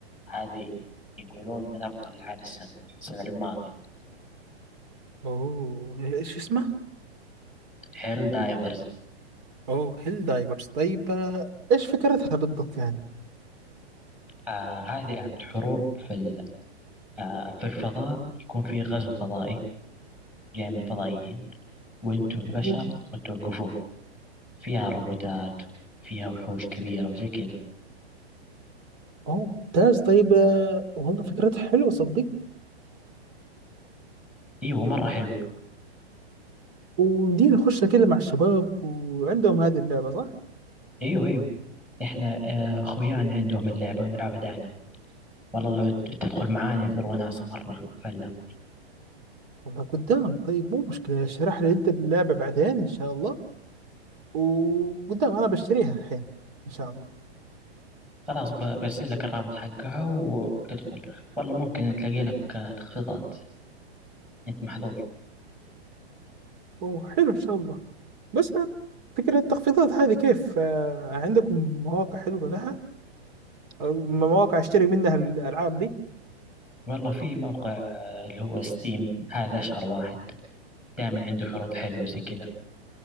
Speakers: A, in the centre; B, on the right.
A: هذه يقولون من أفضل ألعاب السنة السنة الماضية
B: اوه ايش اسمه؟
A: هيل دايفرز
B: اوه هيل دايفرز طيب آه، ايش فكرتها بالضبط يعني؟
A: آه هذه لعبة حروب في ال- آه في الفضاء يكون في غزو فضائي جاي من الفضائيين وانتوا البشر
B: اوه
A: وتوقفوه فيها روبوتات فيها وحوش كبيرة وزي كذا
B: اوه ممتاز طيب آه، والله فكرتها حلوة صدق
A: ايوه مرة حلوة
B: وندير نخش كده مع الشباب وعندهم هذه اللعبة صح؟
A: ايوه ايوه احنا آه، خويان عندهم اللعبة ونلعبها دائما والله لو ت- تدخل معانا يصير وناسة مرة فلا
B: والله قدام طيب مو مشكلة اشرح لي انت اللعبة بعدين ان شاء الله وقدام انا بشتريها الحين ان شاء الله
A: خلاص ب- برسل لك الرابط حقها وتدخل والله ممكن تلاقي لك آه، تخفيضات انت محظوظ
B: وحلو ان شاء الله بس فكرة التخفيضات هذه كيف آه، عندكم مواقع حلوة لها أو مواقع اشتري منها الالعاب دي
A: والله في موقع آه، اللي هو ستيم هذا اشهر واحد دائما عنده عروض حلوة زي كذا